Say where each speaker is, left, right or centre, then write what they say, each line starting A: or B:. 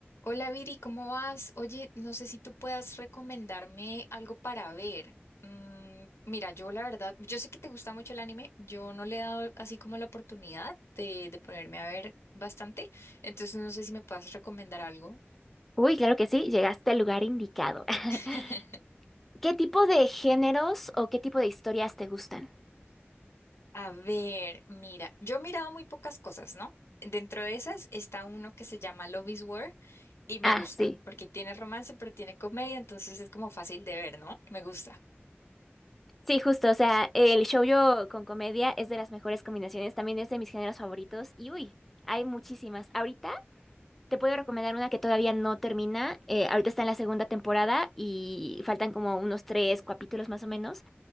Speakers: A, on the left; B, in the centre.
A: Hola Viri, ¿cómo vas? Oye, no sé si tú puedas recomendarme algo para ver. Mm, mira, yo la verdad, yo sé que te gusta mucho el anime, yo no le he dado así como la oportunidad de, de ponerme a ver bastante, entonces no sé si me puedas recomendar algo.
B: Uy, claro que sí, llegaste al lugar indicado. <laughs>
A: <laughs>
B: ¿Qué tipo de géneros o qué tipo de historias te gustan?
A: A ver, mira, yo he mirado muy pocas cosas, ¿no? Dentro de esas está uno que se llama Love is War y me
B: Ah,
A: gusta,
B: sí.
A: porque tiene romance, pero tiene comedia, entonces es como fácil de ver, ¿no? Me gusta.
B: Sí, justo, o sea, el shoujo con comedia es de las mejores combinaciones, también es de mis géneros favoritos y uy, hay muchísimas. Ahorita te puedo recomendar una que todavía no termina, eh, ahorita está en la segunda temporada y faltan como unos tres capítulos más o menos,